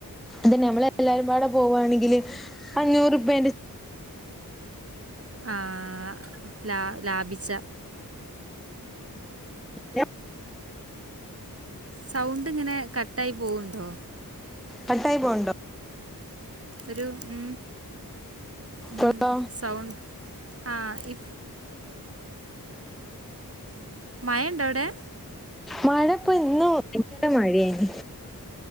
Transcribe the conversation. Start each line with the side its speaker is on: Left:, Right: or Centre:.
Centre: അതന്നെ ഞമ്മളെല്ലാരും പാടെ പോവാണെങ്കില് അഞ്ഞൂറുപ്പ്യെന്റെ
Right: ആഹ് ലാ ലാഭിച്ച
Centre: ലാ
Right: സൗണ്ട് ഇങ്ങനെ കട്ടായി പോവുണ്ടോ
Centre: കട്ടായി പോവണ്ടോ
Right: ഒരു ഉം ഉം
Centre: ട്ടോ
Right: സൗണ്ട് ആഹ് ഇ മഴയൊണ്ടോവിടെ
Centre: മഴ ഇപ്പൊ ഇന്നും <inaudible> മഴയാനി